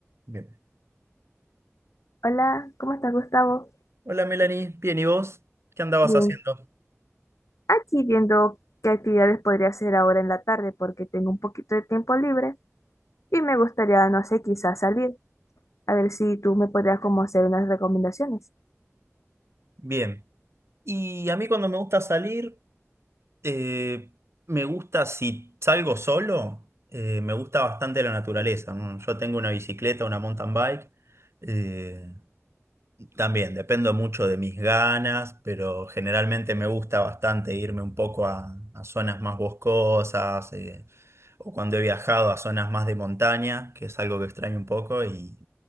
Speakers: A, on the right; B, on the left.
A: Bien.
B: Hola, ¿cómo estás, Gustavo?
A: Hola Melanie, bien, ¿y vos? ¿Qué andabas
B: Bien,
A: haciendo?
B: aquí viendo qué actividades podría hacer ahora en la tarde porque tengo un poquito de tiempo libre y me gustaría, no sé, quizás salir. A ver si tú me podrías como hacer unas recomendaciones.
A: Bien. Y a mí cuando me gusta salir, eh, me gusta si salgo solo, eh, me gusta bastante la naturaleza, ¿no? Yo tengo una bicicleta, una mountain bike. eh, también dependo mucho de mis ganas, pero generalmente me gusta bastante irme un poco a, a zonas más boscosas, eh, o cuando he viajado a zonas más de montaña, que es algo que extraño un poco, y